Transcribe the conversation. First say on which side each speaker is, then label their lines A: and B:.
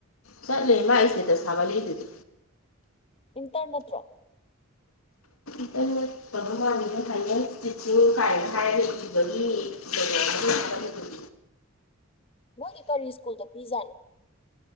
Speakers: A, on the left; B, on the left.
A: ꯆꯠꯂꯦ ꯃꯥꯏ ꯏꯁꯇ‌ꯦꯇꯁ ꯊꯥꯒꯠꯂꯛꯏꯗꯨꯗꯤ
B: ꯏꯟꯇꯟ ꯅꯠꯇ꯭ꯔꯣ
A: ꯏꯟꯇꯟ ꯅꯠ ꯇꯕ ꯃꯥꯥꯜꯂꯤꯗ ꯐꯥꯏꯅ‌‌ꯦꯟ ꯇꯤꯆꯤꯡ ꯀꯥꯏꯅ ꯍꯥꯏꯔ ꯏꯕꯒꯤ ꯀꯩꯅ‌ꯣ ꯑꯃ <unintelligible>
B: ꯃꯣꯏꯗꯤ ꯀꯔꯤ ꯁ꯭ꯀꯨꯜꯗ ꯄꯤꯖꯥꯠꯅ‌ꯣ